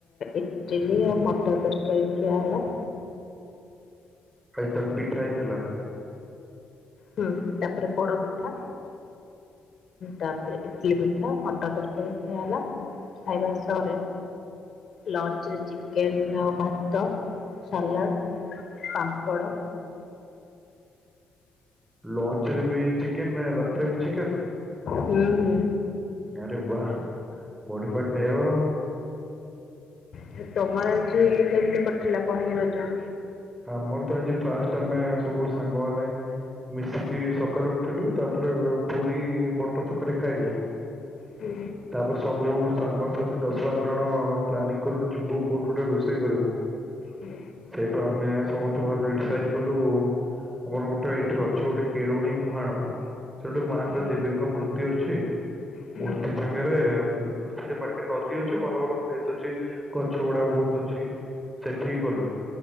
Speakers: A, on the left (about 55°); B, on the right (about 15°).
A: ଇଟଲିିଉ ମଟା ତରକାରୀ ଖ ଆଲା
B: ଆଇ ତାହଲେ ପିଠା ହେଇଥିଲା
A: ହୁଁ ତାପରେ ପୋଡ ପିଠା ତାପରେ ଇଟଲି ପିଠା ମଟର ତରକାରୀ ଖିଆ ହେଲା ଖାଇବା ସହରେ ଲଞ୍ଚ ରେ ଚିକେନ ଆଉ ଭାତ ସାଲାଡ ପାମ୍ପଡ଼
B: ଲଞ୍ଚ ରେ ବି ଚିକେନ ରଥରେ ବି ଚିକେନ
A: ହୁଁ ହୁଁ
B: ଆରେ ବାହ ମଡ଼ିପା ଖାଇବା ହଉ
A: ହଁ ତମର ଯେ କେମିତି କରିଥିଲା ପହିଲି ରଜ
B: ଆମର ତ ଆଜି ଫାଷ୍ଟ ଆମେ ସବୁ ସାଙ୍ଗମାନେ ମିଶିକି ସକାଳେୁ ଉଠିଲୁ ତାପରେ ପୁରୀ ବଟର ଥରକାରୀ ଖାଇଲୁ
A: ହୁଁ
B: ତାପରେ ସବୁ ସାଙ୍ଗ ସତି ଦଶ ବାର ଜଣ ପ୍ଲାନିଂ କଲୁ ଯିବୁ କୋଉଠୁ ଗୋଟେ ରୋଷେଇ କରିବୁ
A: ହୁଁ
B: ସେଇଠୁ ଆମେ ସମସ୍ତେ ଭାବିଲେ ଡିସାଇଡ କଲୁ ଆମର ଗୋଟେ ଏଠି ଅଛି ଗୋଟେ କେଳଣେଇ ମୁହାଣ ସେଠି ମାଙ୍କ
A: ହୁଁ
B: ଦେବୀଙ୍କ ମୂର୍ତ୍ତି ଅଛି
A: ହୁଁ
B: ମୂର୍ତ୍ତି ସାଙ୍ଗରେ ସେଠି ପାଖରେ ନଦୀ ଅଛି ଭଲ ଭଲ ପ୍ଲେସ ଅଛି ଗଛ ଗୁଡା ବହୁତ ଅଛି ସେଠି ହି ଗଲୁ